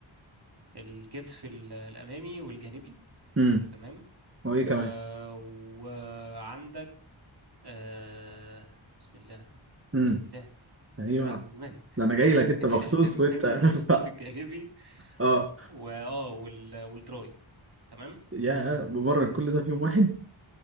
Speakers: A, on the right; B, on the right.
A: الكتف ال- الامامي والجانبي
B: امم
A: تمام
B: وايه كمان
A: آه وعندك آه بسم الله
B: امم
A: بسم الله
B: ايوه
A: تمرين راح من دماغي
B: ده انا جاي
A: <laughs>
B: لك
A: الكتف
B: انت مخصوص
A: الامامي
B: وانت <laughs>
A: والجانبي
B: ف- اه
A: واه وال... والتراي تمام
B: يا بمرن كل ده في يوم واحد